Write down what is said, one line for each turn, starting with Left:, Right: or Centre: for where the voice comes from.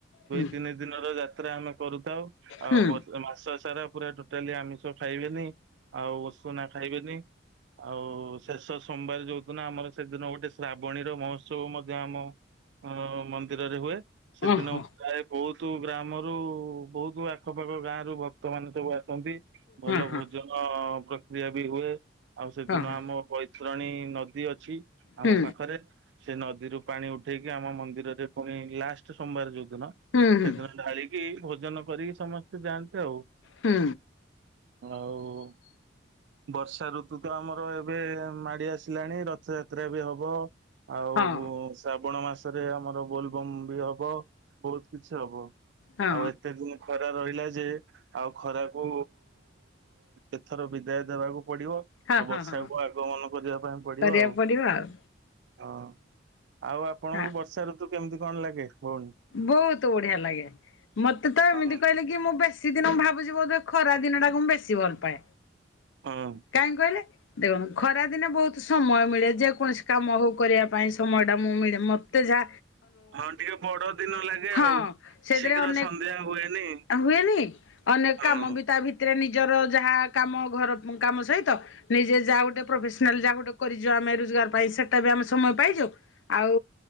Right: ଦୁଇ
Left: ହୁଁ
Right: ତିନି ଦିନର ଯାତ୍ରା ଆମେ କରୁଥାଉ। ଆଉ
Left: ହୁଁ
Right: ବର୍ଷ- ମାସ ସାରା ପୁରା ଟୋଟାଲି ଆମିଷ ଖାଇବେନି ଆଉ ଉଷୁନା ଖାଇବେନି। ଆଉ ଶେଷ ସୋମବାର ଯୋଉ ଦିନ ଆମର ସେଦିନ ଗୋଟେ ଶ୍ରାବଣୀର ମହୋତ୍ସବ ମଧ୍ୟ ଆମ ଅ ମନ୍ଦିରରେ ହୁଏ ସେଦିନ
Left: ଓହୋ
Right: ପ୍ରାୟ ବହୁତ ଗ୍ରାମରୁ ବହୁତ ହୁତ ଆଖପାଖ ଗାଁ ରୁ ଭକ୍ତ ମାନ ସବୁ ଆସନ୍ତି ଭଲ
Left: ହଁ ହଁ
Right: ଭୋଜନ ପ୍ରକ୍ରିୟା ବି ହୁଏ ଆଉ ସେଦିନ
Left: ହଁ ହଁ।
Right: ଆମ ବୈତରଣୀ ନଦୀ ଅଛି।
Left: ହୁଁ
Right: ଆମ ପାଖରେ। ସେ ନଦୀରୁ ପାଣି ଉଠେଇକି ଆମ ମନ୍ଦିରରେ ପୁଣି ଲାଷ୍ଟ ସୋମବାର ଯୋଉ ଦିନ
Left: ହୁଁ ହୁଁ
Right: ସେଦିନ ଢାଳିକି କି ଭୋଜନ କରିକି ସମସ୍ତେ ଯାଆନ୍ତି ଆଉ।
Left: ହୁଁ।
Right: ଆଉ ବର୍ଷା ଋତୁ ତ ଆମର ଏବେ ମାଡି ଆସିଲାଣି ରଥଯାତ୍ରା ବି ହବ। ଆଉ।
Left: ହଁ
Right: ଶ୍ରାବଣ ମାସରେ ଆମର ବୋଲବମ୍ ବି ହବ ବହୁତ କିଛି ହବ
Left: ହଁ
Right: ଆଉ ଏ ସେ ଦିନ ଖରା ରହିଲା ଯେ ଆଉ ଖରାକୁ। ଏଥର ବିଦାୟ ଦେବାକୁ ପଡିବ
Left: ହଁ
Right: ଆଉ
Left: ହଁ
Right: ବର୍ଷାକୁ
Left: ହଁ।
Right: ଆଗମନ କରିବା ପାଇଁ ପଡିବ
Left: କରିବାକୁ
Right: ଆଉ
Left: ଆଉ
Right: ହଁ ଆଉ ଆପଣଙ୍କୁ
Left: ହଁ
Right: ବର୍ଷା ଋତୁ କେମିତି କଣ ଲାଗେ କୁହନ୍ତୁ
Left: ବହୁତ ବଢିଆ ଲାଗେ ମତେ ତ ଏମିତି
Right: ହଁ
Left: କହିଲେ କି ମୁଁ ବେଶୀ ସେଦିନ ମୁଁ ଭାବୁଛି ବୋଧେ ଖରା ଦିନ ଟାକୁ ମୁଁ ବେଶୀ ଭଲ ପାଏ
Right: ହଁ
Left: କାହିଁ କହିଲେ ଦେଖନ୍ତୁ ଖରା ଦିନେ ବହୁତ ସମୟ ମିଳେ ଯେକୌଣସି କାମ ହଉ କରିବା ପାଇଁ ସମୟ ଟା ମୁଁ ମିଳେ ମ ତେ ଯା
Right: ହଁ ଟିକେ ବଡ ଦିନ ଲାଗେ
Left: ହଁ
Right: ଆଉ।
Left: ସେଥିରେ
Right: ଶୀଘ୍ର
Left: ଅନେକ
Right: ସନ୍ଧ୍ୟା ହୁଏନି
Left: ହୁଏନି ଅନେକ
Right: ହଁ
Left: କାମ ବି ତା ଭ ଭିତରେ ନିଜର ଯାହା କାମ ଘର କାମ ସହିତ ନିଜେ ଯାହା ଗୋଟେ ପ୍ରଫେସନାଲ ଯାହା ଗୋଟେ କରି ଆମେ ରୋଜଗାର ପାଇଁ ସେଟା ବି ଆମେ ସମୟ ପାଇଯାଉ ଆଉ